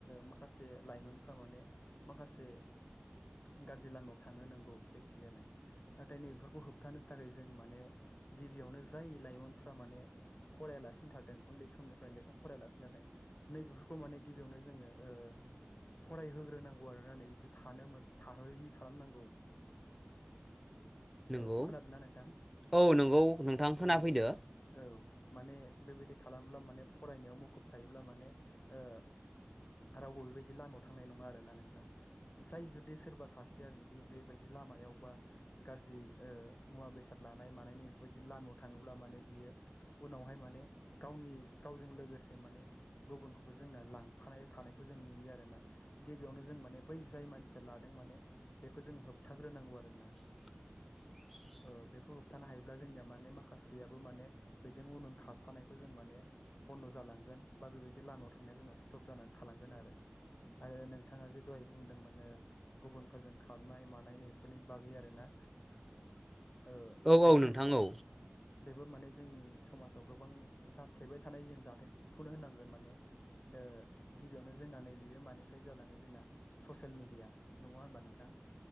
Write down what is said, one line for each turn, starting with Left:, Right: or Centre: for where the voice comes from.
Left: माखासे लाइमोनफ्रा माने माखासे गाज्रि लामायाव थांनो नांगौ बे थिगानो नाथाय नैबफोरखौ होबथानो थाखाय जों माने गिबियावनो जाय लाइमोनफ्रा माने फरायालासिनो थादों उन्दै समनिफ्राय लेखा फरायलासिनो थादों नैबेफोरखौ माने गिबियावनो जोङो ओ फरायहोग्रोनांगौ आरो ना नै बिदि थानो थाहोयि खालामनांगौ
Centre: नंगौ
Left: औ खोनादों ना नोंथां?
Centre: औ नंगौ नोंथां खोनाफैदो
Left: औ औ माने बेबायदि खालामोब्ला माने फरायनायाव मुखुब थायोब्ला माने ओ आरो बबेबादि <unintelligible> थांनाय नङा आरोना नोंथां जाय जुदि सोरबा सासेया जुदि बेबायदि लामायावबा गा रजि मुवा बेसाद लानाय मानायनि बेफोरबायदि लामायाव थाङोब्ला माने बियो उनावहाय माने गावनि गावजों लोगोसे माने गुबुनखौबो जोंना लांफानाय थानायखौ जों नुयो आरोना गिबियावनो जों माने बै जाय मानसिया लादों माने बेखौ जों होबथाग्रोनांगौ आरोना
Centre: <inaudible>
Left: ओ बेखौ होबथानो हायोब्ला जोंनिया माने माखासेयाबो माने बेजों उन उन खारफानायखौ जों माने बन्द' जालांगोन बा बेबायदि लामायाव थांनाया जोंना स्टप जानानै थालांगोन आरो आरो नोंथाङा जे दहाय बुंदोंमोन नो गुबुनफोरजों खारनाय मानाय नैफोरनि बागै आरो ना
Centre: <inaudible>
Left: ओ बेबो
Centre: औ नोंथां
Left: नंगौ
Centre: औ
Left: बेबो माने जोंनि समाजाव गोबां जाफ्लेबाय थानाय जों जाथायखौनो होननांगोन माने ओ गिबियावनो जोंना नैबेयो माने फ्राय जालाङो जोंना ससियेल मिडिया नङा होनबा नोंथां?